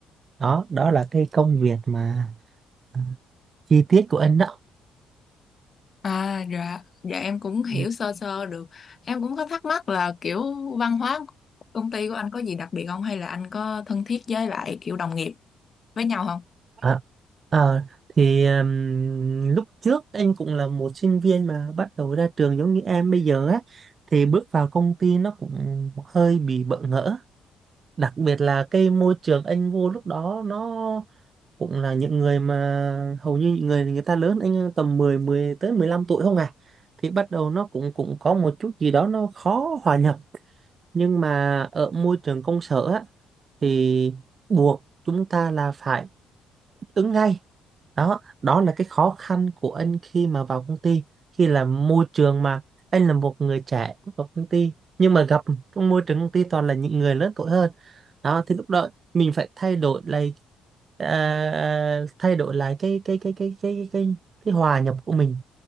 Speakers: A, on the right; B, on the left.
A: Đó, đó là cái công việc mà, à, chi tiết của anh đó.
B: À, dạ, dạ em cũng hiểu
A: Ừm,
B: sơ sơ được. Em cũng có thắc mắc là, kiểu, văn hóa công ty của anh có gì đặc biệt không hay là anh có thân thiết với lại, kiểu, đồng nghiệp? Với nhau hông?
A: ờ. Ờ, thì, ừm, lúc trước anh cũng là một sinh viên mà bắt đầu ra trường giống như em bây giờ á, thì bước vào công ty nó cũng hơi bị bỡ ngỡ. Đặc biệt là cái môi trường anh vô lúc đó nó cũng là những người mà hầu như những người người ta lớn anh tầm 10 10 tới 15 tuổi không à. Thì bắt đầu nó cũng cũng có một chút gì đó nó khó hòa nhập, nhưng mà ở môi trường công sở á, thì buộc chúng ta là phải ứng ngay. Đó, đó là cái khó khăn của anh khi mà vào công ty, khi là môi trường mà anh là một người trẻ bước vào công ty, nhưng mà gặp <laughs> trong môi trường công ty toàn là những người lớn tuổi hơn. Đó, thì lúc đó mình phải thay đổi lại, à, à, thay đổi lại cái cái cái cái cái cái cái hòa nhập của mình.